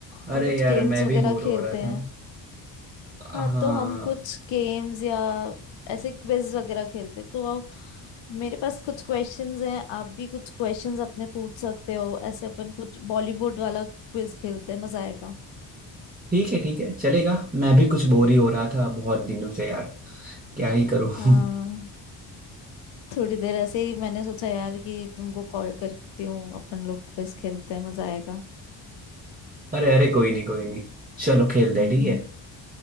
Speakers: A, on the left; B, on the right.
A: हम
B: अरे
A: कुछ
B: यार
A: गेम्स
B: मैं
A: वगैरह
B: भी बोर
A: खेलते
B: हो रहा था
A: हैं
B: हाँ
A: हाँ तो हम कुछ गेम्स या ऐसे क्विज वगैरह खेलते हैं तो आओ, मेरे पास कुछ क्वेश्चंस हैं आप भी कुछ क्वेश्चंस अपने पूछ सकते हो ऐसे अपन कुछ बॉलीवुड वाला क्विज खेलते हैं मजा आएगा
B: ठीक है ठीक है चलेगा मैं भी कुछ बोर ही हो रहा था बहुत दिनों से यार क्या ही करूँ <laughs>
A: हाँ थोड़ी देर ऐसे ही मैंने सोचा यार कि तुमको कॉल करती हूँ अपन लोग क्विज खेलते हैं मजा आएगा
B: अरे अरे कोई नहीं कोई नहीं चलो खेलते हैं
A: हम्म
B: ठीक
A: हम्म
B: है